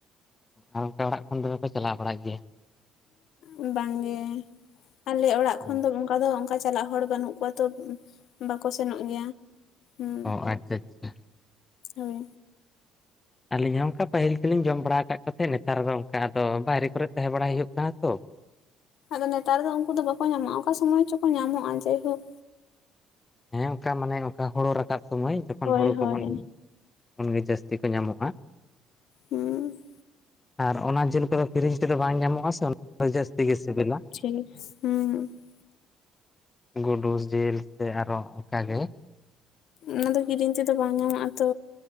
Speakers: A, on the left (about 25°); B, on the left (about 60°).
A: ᱟᱨ ᱚᱱᱠᱟ ᱚᱲᱟᱜ ᱠᱷᱚᱱ ᱫᱚ ᱵᱟᱠᱚ ᱪᱟᱞᱟᱜ ᱵᱟᱲᱟᱜ ᱜᱮᱭᱟ?
B: ᱩᱸ ᱵᱟᱝ ᱜᱮ ᱟᱞᱮ ᱚᱲᱟᱜ
A: ᱚ
B: ᱠᱷᱚᱱ ᱫᱚ ᱚᱱᱠᱟ ᱫᱚ, ᱚᱱᱠᱟ ᱪᱟᱞᱟᱜ ᱦᱚᱲ ᱵᱟᱹᱱᱩᱜ ᱠᱚᱣᱟ ᱛᱚ᱾ ᱵᱟᱠᱚ ᱥᱮᱱᱚᱜ ᱜᱮᱭᱟ ᱦᱩᱸ
A: ᱚ ᱟᱪᱪᱷᱟ ᱟᱪᱪᱷᱟ
B: ᱦᱳᱭ᱾
A: ᱟᱹᱞᱤᱧ ᱦᱚᱸ ᱚᱱᱠᱟ ᱯᱟᱹᱦᱤᱞ ᱛᱮᱞᱤᱧ ᱡᱚᱢ ᱵᱟᱲᱟ ᱠᱟᱜ ᱠᱚᱛᱮ ᱛᱟᱦᱮᱸᱫ ᱱᱮᱛᱟᱨ ᱫᱚ ᱚᱱᱠᱟ ᱟᱫᱚ ᱵᱟᱭᱨᱮ ᱠᱚᱨᱮᱫ ᱛᱟᱦᱮᱸ ᱵᱟᱲᱟ ᱦᱩᱭᱩᱜ ᱠᱟᱱᱟ ᱛᱚ᱾
B: ᱟᱫᱚ ᱱᱮᱛᱟᱨ ᱫᱚ ᱩᱱᱠᱩ ᱫᱚ ᱵᱟᱠᱚ ᱧᱟᱢᱚᱜᱼᱟ ᱚᱠᱟ ᱥᱚᱢᱚᱭ ᱪᱚᱠᱚ ᱧᱟᱢᱚᱜᱼᱟ ᱡᱟᱭᱦᱳᱠ,
A: ᱦᱮᱸ ᱚᱱᱠᱟ ᱢᱟᱱᱮ ᱚᱱᱠᱟ ᱦᱳᱲᱳ ᱨᱟᱠᱟᱵ ᱥᱚᱢᱚᱭ ᱡᱚᱠᱷᱚᱱ
B: ᱦᱳᱭ
A: ᱦᱳᱲᱩ ᱠᱚᱵᱚᱱ
B: ᱦᱳᱭ
A: ᱤᱨᱟ᱾ ᱩᱱᱜᱮ ᱡᱟᱥᱛᱤ ᱠᱚ ᱧᱟᱢᱚᱜᱼᱟ
B: ᱦᱩᱺ ᱾
A: ᱟᱨ ᱚᱱᱟ ᱡᱮᱹᱞ ᱠᱚᱫᱚ ᱠᱤᱨᱤᱧ ᱛᱮᱫᱚ ᱵᱟᱝ ᱧᱟᱢᱚᱜᱼᱟ ᱥᱮ ᱚᱱᱟ ᱡᱟᱹᱥᱛᱤ ᱜᱮ ᱥᱮᱤᱵᱤᱞᱟ ᱾
B: ᱠᱞᱤᱯᱥ, ᱸ ᱦᱩᱸ ᱾
A: ᱜᱰᱩᱳᱥ ᱡᱮᱹᱞ ᱥᱮ ᱟᱨᱚ ᱚᱱᱠᱟᱜᱮ
B: ᱚᱱᱟ ᱫᱚ ᱠᱤᱨᱤᱧ ᱛᱮᱫᱚ ᱵᱟᱝ ᱧᱟᱢᱚᱜᱼᱟ ᱛᱚ